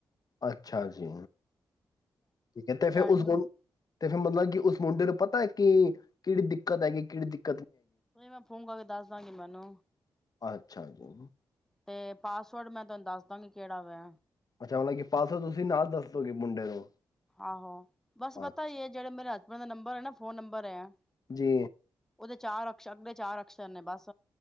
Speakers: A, on the left (about 45°); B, in the centre.
A: ਅੱਛਾ ਜੀ ਠੀਕ ਹੈ ਤੇ ਫਿਰ
B: ਡੈਡੀ
A: ਉਸ
B: ਮੈਨੂੰ
A: ਮੁ ਤੇ ਫਿਰ ਮਤਲਬ ਕਿ ਉਸ ਮੁੰਡੇ ਨੂੰ ਪਤਾ ਹੈ ਕ ਕਿ ਕਿਹੜੀ ਦਿੱਕਤ ਹੈਗੀ ਕਿਹੜੀ ਦਿਕ
B: ਉ ਮੈਂ ਫੋਨ ਕਰਕੇ ਦੱਸ ਦਾਂਗੀ ਮੈਨੂੰ।
A: ਅੱਛਾ ਜੀ।
B: ਤੇ ਪਾਸਵਰਡ ਮੈਂ ਤੁਹਾਨੂੰ ਦੱਸ ਦਾਂਗੀ ਕਿਹੜਾ ਵ।
A: ਅੱਛਾ ਮਤਲਬ ਕਿ ਪਾਸਵਰਡ ਤੁਸੀਂ ਨਾਲ ਦੱਸੋਗੇ ਮੁੰਡੇ ਨੂੰ।
B: ਆਹੋ ਬਸ ਪਤਾ
A: ਅੱ
B: ਹੀ ਹੈ ਜਿਹੜੇ ਮੇਰੇ ਹਸਬੈਂਡ ਦਾ ਨੰਬਰ ਹੈ ਨਾ ਫ਼ੋਨ ਨੰਬਰ ਹੈ।
A: ਜੀ।
B: ਉਹਦੇ ਚਾਰ ਅਕਸ਼ ਅਗਲੇ ਚਾਰ ਅਕਸ਼ਰ ਨੇ ਬਸ।